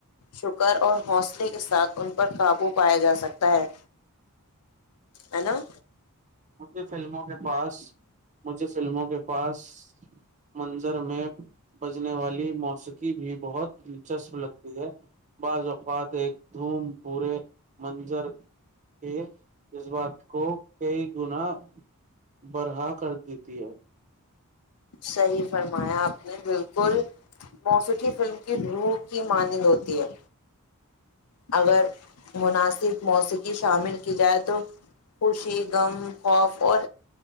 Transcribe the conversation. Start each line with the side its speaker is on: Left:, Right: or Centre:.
Left: شکر اور حوصلے کے ساتھ ان پر قابو پایا جا سکتا ہے ہے نا
Right: مجھے فلموں کے پاس مجھے فلموں کے پاس منظر میں بجنے والی موسیقی بھی بہت دلچسپ لگتی ہے بعض اوقات ایک دھوم پورے منظر کہ اس بات کو کئی گنا برہا کر دیتی ہے
Left: صحیح فرمایا اپنی بالکل موسیقی فلم کی روح کی مانند ہوتی ہے اگر مناسب موسیقی شامل کی جائے تو خوشی غم خوف اور